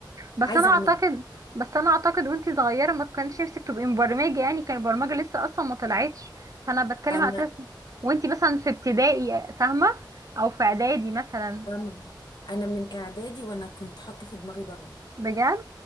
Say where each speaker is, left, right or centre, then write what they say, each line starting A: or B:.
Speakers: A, on the right (about 45°); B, on the left (about 65°).
A: بس
B: عايزه
A: انا اعتقد
B: اعملها
A: بس انا اعتقد وانتي صغيره ما كانش نفسك تبقي مبرمجه يعني كان البرمجه لسه اصلا ما طلعتش فانا بتكلم
B: انا
A: على اساس وانتي مثلا في ابتدائي فاهمه او في اعدادي مثلا
B: فاهمة؟ انا من اعدادي وانا كنت حاطه في دماغي برمجه
A: بجد